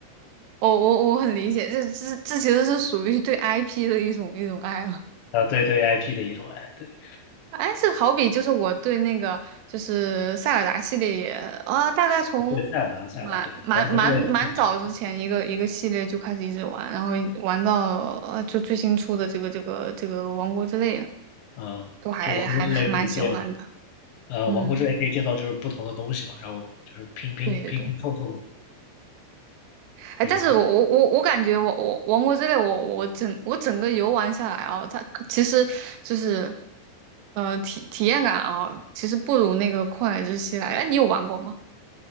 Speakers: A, on the right; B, on the left.
A: 我我我很理解，这这这其实是属于对 IP 的一种一种爱好
B: 啊，对对于 IP 的一种爱，对
A: 哎，这好比就是我对那个就是塞尔达系列也啊，大概从蛮蛮蛮蛮早之前一个一个系列就开始一直玩，
B: 对塞尔达塞尔达对王国之泪很很之
A: 然后玩到呃就最新出的这个这个这个王国之泪，
B: 嗯，啊就王国之泪可以建
A: 都还还还蛮喜欢的。
B: 呃王国之泪可以建造就是不同的东西嘛，
A: 嗯，
B: 然后就是拼拼拼拼凑凑
A: 对对对。哎，
B: 有自
A: 但是我我我我感觉我我王国之泪，我我整我整个游玩下来啊，它其实就是呃体体验感啊，其实不如那个旷野之息来。哎，你有玩过吗？